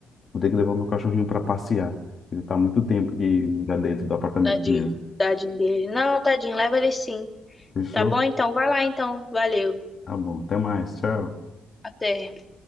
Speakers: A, on the left (about 45°); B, on the left (about 20°).
A: Vou ter que levar meu cachorrinho para passear. Ele tá há muito tempo aqui já dentro do apartamento
B: tadinho.
A: comigo.
B: Tadinho dele. Não, tadinho, leva ele sim.
A: Fechou?
B: Tá bom então? Vai lá então. Valeu.
A: Tá bom. Até mais. Tchau.
B: Até.